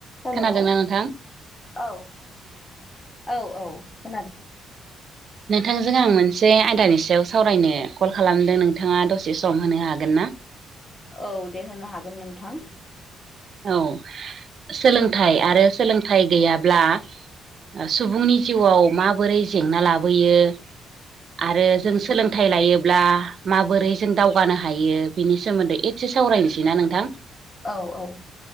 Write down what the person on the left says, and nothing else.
हेलौ
औ औ औ खोनादों।
औ दे होनो हागोन नोंथां।
औ औ